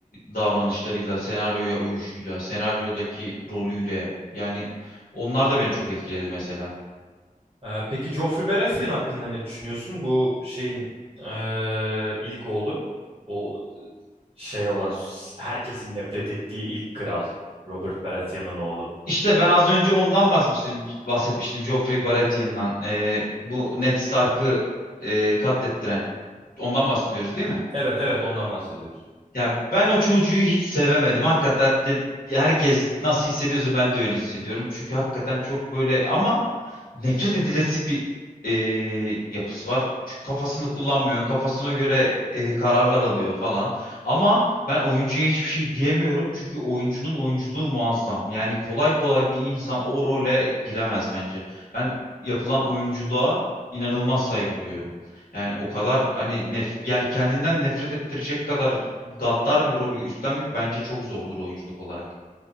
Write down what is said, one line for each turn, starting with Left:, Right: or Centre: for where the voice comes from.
Left: davranışlarıyla, senaryoya uyuşuyla, senaryodaki rolüyle. Yani onlar da beni çok etkiledi mesela.
Right: Ee, peki Joffrey Baratheon hakkında ne düşünüyorsun? Bu şeyin ee, ilk oğlu. O şey olan herkesin nefret ettiği ilk kral Robert Baratheon'un oğlu.
Left: İşte ben az önce ondan bahsetmiştim, bahsetmiştim Joffrey Baratheon'dan. E, bu Ned Stark'ı e, katlettiren. Ondan bahsediyoruz değil mi?
Right: Evet evet ondan bahsediyoruz.
Left: Ya ben o çocuğu hiç sevemedim. Hakikaten de herkes nasıl hissediyorsa ben de öyle hissediyorum. Çünkü hakikaten çok böyle ama nefret edilesi bir e, yapısı var. Çünkü kafasını kullanmıyor. Kafasına göre e, kararlar alıyor falan. Ama ben oyuncuya hiçbir şey diyemiyorum. Çünkü oyuncunun oyunculuğu muazzam. Yani kolay kolay bir insan o role giremez bence. Ben yapılan oyunculuğa inanılmaz saygı duyuyorum. Yani o kadar hani nef yani kendinden nefret ettirecek kadar gaddar bir rolü üstlenmek bence çok zordur oyunculuk olarak.